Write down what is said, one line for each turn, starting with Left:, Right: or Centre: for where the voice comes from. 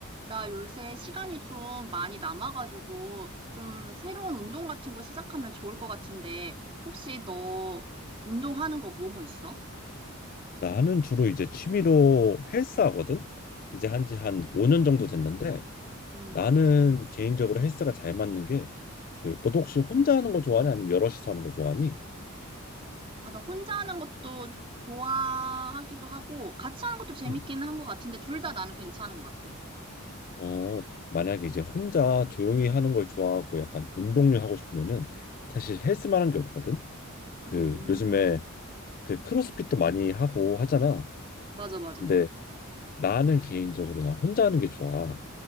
Right: 나 요새 시간이 좀 많이 남아가지고 좀 새로운 운동 같은 거 시작하면 좋을 것 같은데 혹시 너 운동하는 거 뭐뭐 있어?
Left: 나는 주로 이제 취미로 헬스 하거든. 이제 한지 한 5년 정도 됐는데
Right: 음,
Left: 나는 개인적으로 헬스가 잘 맞는 게 그 너도 혹시 혼자 하는 거 좋아하니 아니면 여럿이서 하는 거 좋아하니?
Right: 아, 나 혼자 하는 것도 좋아하기도 하고 같이 하는 것도 재밌기는
Left: 응.
Right: 한 것 같은데 둘 다 나는 괜찮은 것 같아.
Left: 어, 만약에 이제 혼자 조용히 하는 걸 좋아하고 약간 운동류 하고 싶으면은 사실 헬스만한 게 없거든. 그
Right: 음,
Left: 요즘에 그 크로스핏도 많이 하고 하잖아.
Right: 맞아, 맞아.
Left: 근데 나는 개인적으로 난 혼자 하는 게 좋아.